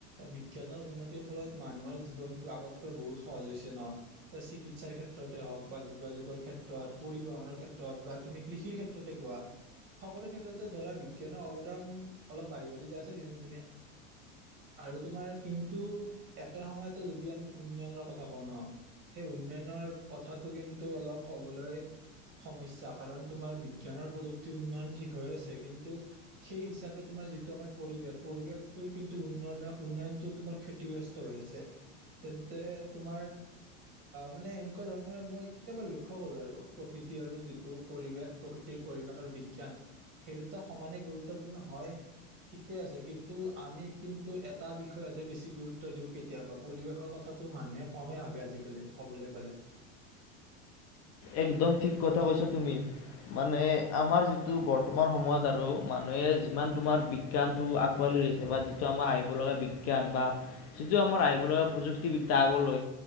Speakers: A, on the right; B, on the left.
A: বিজ্ঞানৰ উন্নতিৰ ফলত মানুহৰ জীৱনটো আগতকৈ বহুত সহজ হৈছে ন চিকিৎসাৰ ক্ষে ক্ষেত্ৰতে হওঁক বা যোগাযোগৰ ক্ষেত্ৰত পৰিবহনৰ ক্ষেত্ৰত বা তুমি কৃষিৰ ক্ষেত্ৰতে কোৱা। সকলো ক্ষেত্ৰতে ধৰা বিজ্ঞানৰ অৱদান অলপ বাঢ়ি বাঢ়ি যায় আছে দিনক দিনে। আৰু তোমাৰ কিন্তু একে সময়তেো যদি আমি উন্নয়নৰ কথা কওঁ ন। সেই উন্নয়নৰ কথাটো কিন্তু অলপ কবলৈ সমস্যা কাৰণ তোমাৰ বিজ্ঞানৰ প্ৰযুক্তি উন্নয়ন ঠিক হৈ আছে কিন্তু সেই হিচাপে তোমাৰ যিটো আমাৰ পৰিৱেশ পৰিৱেশটো কিন্তু উন্ন উন্নয়ন উন্নয়ন টো তোমাৰ ক্ষতিগ্ৰস্ত হৈ আছে, তেন্তে তোমাৰ মানে এনেকুৱা ধৰণৰ মই কেতিয়াবা লক্ষ্য কৰো আৰু প্ৰকৃতি আৰু যিটো পৰিৱেশ প্ৰকৃতিৰ পৰিৱেশ আৰু বিজ্ঞান। সেই দুটা সমানে গুৰুত্বপূৰ্ণ হয়। ঠিকে আছে কিন্তু আমি কিন্তু এটা বিষয়তেে বেছি গুৰুত্ব দিওঁ কেতিয়াবা পৰিৱেশৰ কথা টো মানুহে কমেই ভাবে আজিকালি ক'বলৈ গ'লে।
B: একদম ঠিক কথা কৈছা তুমি মানে আমাৰ যিটো ব বৰ্তমান সময়ত আৰু মানুহে যিমান তোমাৰ বিজ্ঞানটো আঁকোৱালি লৈছে বা যিটো আমাৰ আহিবলগা বিজ্ঞ জ্ঞান বা যিটো আমাৰ আহিব লগা প্ৰযুক্তিবিদ্যা আগলৈ